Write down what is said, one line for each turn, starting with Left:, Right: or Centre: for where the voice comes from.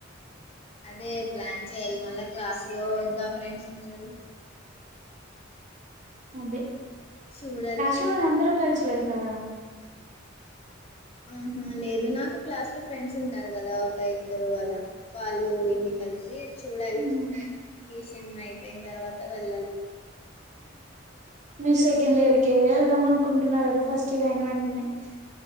Left: అదే ప్లాన్ చేయాలి మళ్ళా క్లాస్ లో ఇంకా ఫ్రెండ్స్ ఉంటారు
Right: అదే
Left: చూడల్
Right: ఇంట్లో వాళ్ళు అందరు కలిసి వెళ్తారా
Left: ఆహా లేదు నాకు క్లాస్ లో ఫ్రెండ్స్ ఉంటారు కదా ఒక ఇద్దరు అల వాళ్ళు వీళ్ళు కలిసి చూడాలి
Right: ఉమ్
Left: <unintelligible> అయిపోయిన తర్వాత వెళ్ళాలి
Right: మీరు సెకండ్ ఇయర్ కి వెళ్దాం అనుకుంటున్నారు అదే ఫస్ట్ ఇయర్ అయిన <unintelligible>